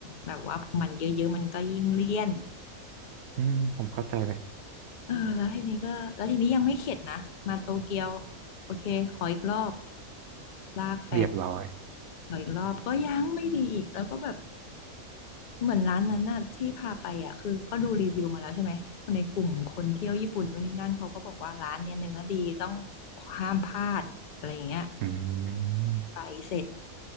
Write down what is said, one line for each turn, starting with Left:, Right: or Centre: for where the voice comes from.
Left: แบบว่าพอมันเยอะๆมันก็ยิ่งเลี่ยน
Right: อืมผมเข้าใจเลย
Left: เออแล้วทีนี้ก็แล้วทีนี้ยังไม่เข็ดนะมาโตเกียวโอเคขออีกรอบลากแฟน
Right: เรียบร้อย
Left: ขออีกรอบก็ยังไม่ดีอีกแล้วก็แบบเหมือนร้านนั้นน่ะที่พาไปอ่ะคือก็ดูรีวิวมาแล้วใช่ไหมคนในกลุ่มคนเที่ยวญี่ปุ่นนู่นนี่นั่นเขาก็บอกว่าร้านเนี้ยเนื้อดีต้องห้ามพลาดอะไรอย่างเงี้ย
Right: อืม
Left: ไปเสร็จ